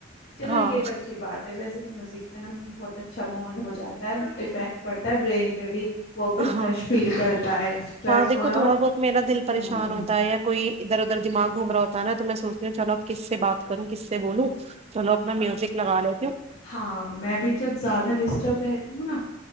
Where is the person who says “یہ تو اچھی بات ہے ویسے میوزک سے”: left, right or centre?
Left